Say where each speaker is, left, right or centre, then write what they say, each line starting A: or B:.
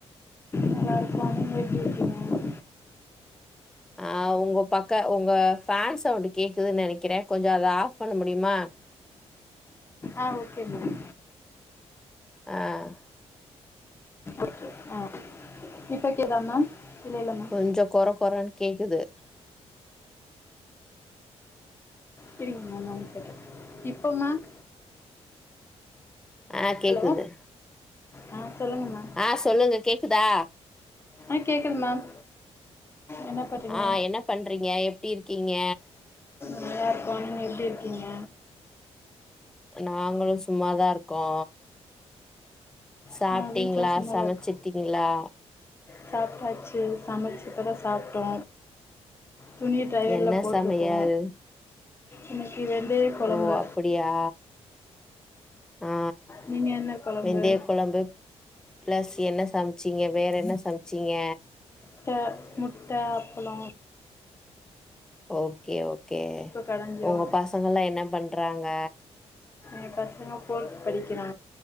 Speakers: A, on the left; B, in the centre.
A: நல்லா இருக்கோ நீங்க எப்டி இருக்கிங்க
B: ஆ உங்க பக்க உங்க ஃபேன் சவுண்ட் கேக்குதுன் நெனைக்கிற கொஞ்ச அத ஆஃப் பண்ண முடியுமா
A: ஆ ஓகே மேம்
B: ஆஅ
A: ஓகே ஆ இப்ப க்கேதா மேம் இல்ல இல்ல மேம்
B: கொஞ்ச கொரகொரன் கேக்குது
A: செரிங்க ஒன் செகன் இப்ப மேம்
B: ஆ கேக்குது
A: ஹலோ ஆ சொல்லுங்க மேம்
B: ஆ சொல்லுங்க கேக்குதா
A: ஆ கேக்குது மேம் என்ன பண்றிங்க
B: ஆ என்ன பண்றீங்க எப்படி இருக்கீங்க
A: நல்லா இருக்கோ நீங்க எப் ப்டி இருக்கிங்க
B: நாங்களு சும்மாதா இருக் கோ சாப்டீங்களா
A: ஆ வீட்ல சும்மாதா
B: சமச்சிடீங்களா
A: இருக்கோ சாப்ட்டாச்சு சமச்சி இப்பதா சாப்ட்டோ துணி டெயர்ல
B: என்ன
A: போட்ருக்கோ
B: சமையல்
A: இன்னக் இது வெந்தயக்கொழம்பு
B: ஓ அப்படியா ஆ
A: நீங்க என்ன கெழம்பு
B: வெந்தய குழம்பு பிளஸ் என்ன சம்ச்சிங்க வேற என்ன சம்ச்சி திங்க
A: ட முட்ட அப்ளோ
B: ஓ ஓகே ஓகே
A: கடஞ்சோ
B: உங்க பாசங்கெல்லா என்ன பண் ட்றாங்க
A: எ பசங்க ஃபோர்த் படிக்கிறா